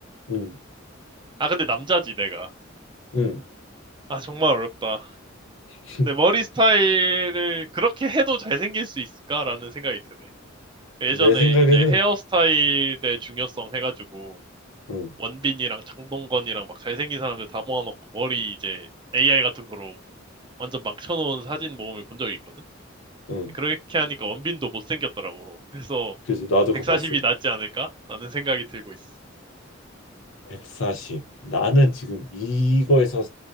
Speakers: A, on the left; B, on the right.
A: 응,
B: 아, 근데 남자지, 내가.
A: 응.
B: 아, 정말 어렵다.
A: <laughs>
B: 근데 머리 스타일을 그렇게 해도 잘생길 수 있을까라는 생각이 드네.
A: 내
B: 예전에
A: 생각에는,
B: 이제 헤어스타일의 중요성 해가지고
A: 응,
B: 원빈이랑 장동건이랑 막 잘생긴 사람들 다 모아놓고 머리 이제 AI 같은 거로 완전 막 쳐놓은 사진 모음을 본 적이 있거든?
A: 응.
B: 그렇게 하니까 원빈도 못생겼더라고. 그래서
A: 그래서 나도
B: 140이
A: 그거 봤어.
B: 낫지 않을까? 라는 생각이 들고 있어.
A: 140. 나는 지금 이거에서